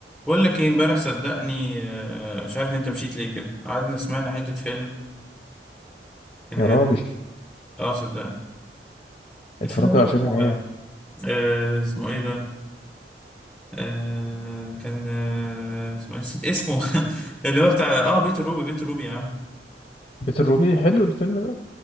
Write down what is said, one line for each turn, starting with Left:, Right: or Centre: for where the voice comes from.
Centre: بقول لك ايه امبارح صدقني آه، مش عارف انت مشيت ليه كده قعدنا سمعنا حتة فيلم كان
Left: يا
Centre: رايق
Left: راجل
Centre: اه صدقني
Left: اتفرجت
Centre: الفيلم ده
Left: على
Centre: اسمه
Left: فيلم ايه
Centre: آه، اسمه ايه ده آه، كان آه، اسمه إيه؟ نسيت اسمه <laughs> اللي هو بتاع اه بيت الروبي بيت الروبي يا عم
Left: بيت الروبي حلو الفيلم ده